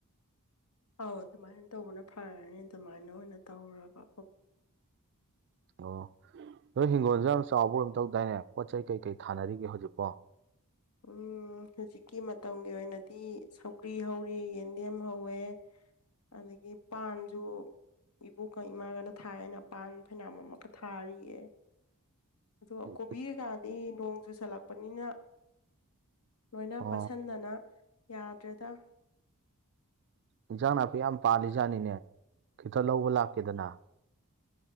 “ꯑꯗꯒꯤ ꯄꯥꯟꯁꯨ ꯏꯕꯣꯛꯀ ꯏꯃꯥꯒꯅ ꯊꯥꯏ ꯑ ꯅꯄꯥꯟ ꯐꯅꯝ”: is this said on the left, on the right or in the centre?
Left